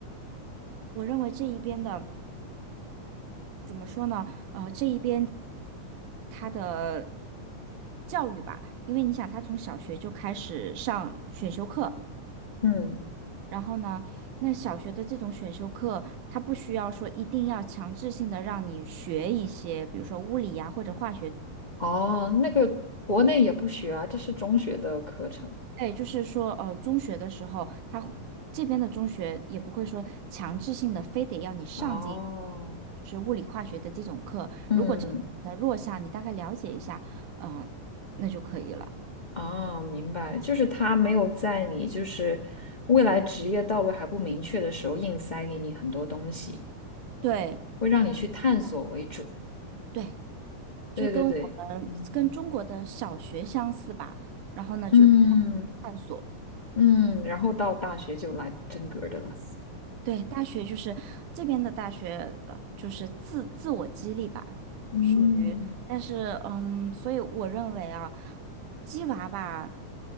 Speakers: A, on the right; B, on the left.
A: 我认为这一边的。怎么说呢？呃，这一边他的教育吧，因为你想，他从小学就开始上选修课，
B: 嗯。
A: 然后呢，那小学的这种选修课，他不需要说一定要强制性的让你学一些，比如说物理呀或者化学
B: 哦，那个国内也不学啊，这是中学的课程。
A: 对，就是说，呃，中学的时候，他会这边的中学也不会说强制性的非得要你上这，
B: 哦，
A: 就是物理化学的这种课。
B: 嗯，
A: 如果这个的弱项，你大概了解一下，啊、那就可以了。
B: 啊，明白，就是他没有在你就是未来职业道路还不明确的时候，硬塞给你很多东西，
A: 对
B: 会让你去探索为主。
A: 对，
B: 对对对，
A: 就跟我们跟中国的小学相似吧。
B: 嗯
A: 然后呢，
B: 嗯
A: 就让探索。
B: 嗯，然后到大学就来真格儿的了。
A: 对，大学就是这边的大学，呃，就是自自我激励吧，
B: 嗯，
A: 属于。但是，嗯，所以我认为啊，鸡娃吧，